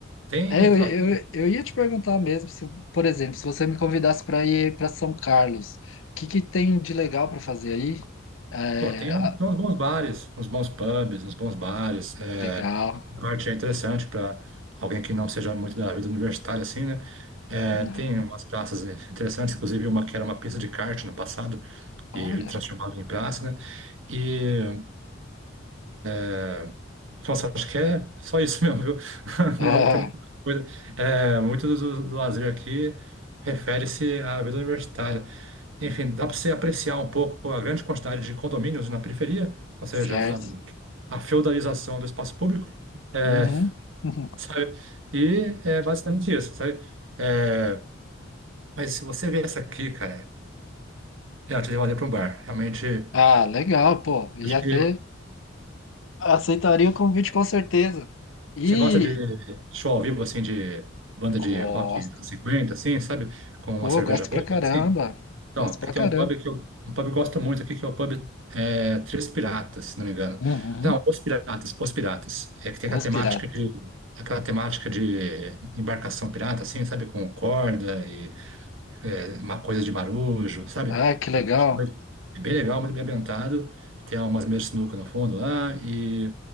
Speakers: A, on the right (about 80°); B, on the left (about 80°).
A: tem,
B: É, eu,
A: sei lá, tem-
B: eu, eu ia te perguntar mesmo, se, por exemplo, se você me convidasse para ir para São Carlos, o que que tem de legal para fazer aí? É,
A: pô, tem,
B: ah,
A: um- tem uns bons bares, uns bons pubs, uns bons bares. É,
B: legal.
A: a parte é interessante para alguém que não seja muito da vida universitária, assim, né? É,
B: Uhum,
A: tem umas praças né, interessantes, inclusive uma que era uma pista de kart no passado e
B: Olha.
A: transformaram em praça, né? E, é, nossa, acho que é só isso mesmo, viu? <laughs>
B: <laughs>
A: Não
B: É,
A: tem muita coisa. É, muito do, do- do lazer aqui refere-se à vida universitária. Enfim, dá para você apreciar um pouco a grande quantidade de condomínios na periferia, ou seja,
B: certo.
A: a, a feudalização do espaço público, é,
B: Uhum, uhum.
A: sabe? E é basicamente isso, sabe? É, mas se você vê essa aqui, cara. É, eu te levaria para um bar. Realmente,
B: Ah, legal, pô. Ia
A: acho que
B: ter. Aceitaria o convite com certeza. E,
A: você gosta de show ao vivo, assim, de banda de
B: Gosto.
A: rock dos anos 50, assim, sabe? Com
B: Pô,
A: uma cerveja
B: eu gosto
A: boa,
B: pra caramba.
A: assim. Então,
B: Gosto
A: que
B: pra
A: tem
B: caramba.
A: um pub que eu, um pub que eu gosto muito aqui, que é o pub é, Três Piratas, se não me engano.
B: Uhum.
A: Não, Os Piratas, Os Piratas. É que tem aquela
B: Os
A: temática
B: piratas.
A: de, aquela temática de embarcação pirata, assim, sabe? Com corda e é, uma coisa de marujo, sabe?
B: Ah, que legal.
A: É é bem legal, muito bem ambientado. Tem umas mesas de sinuca no fundo lá e